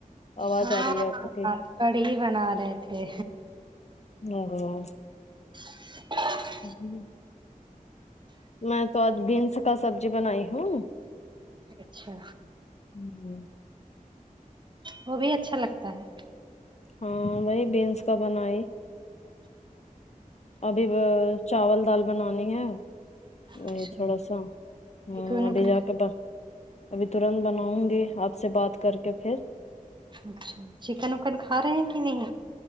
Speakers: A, on the left (about 50°); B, on the right (about 35°).
A: آواز
B: ہاں
A: آ رہی ہے آپ کی
B: کڑھی بنا رہے تھے
A: <unintelligible>
B: <unintelligible>
A: <unintelligible> میں تو آج بینس کا سبزی بنائی ہوں
B: اچھا
A: ھمم
B: وہ بھی اچھا لگتا ہے
A: ہاں وہی بینس کا بنئ ابھی چاول دال بنانی ہے وہی
B: اچھا
A: تھوڑا سا ہ
B: چکن وکن
A: ابھی جا کے بس ابھی ترنت بناؤں گی آپ سے بات کر کے پھر
B: اچھا چکن وکن کھا رہے ہیں کہ نہیں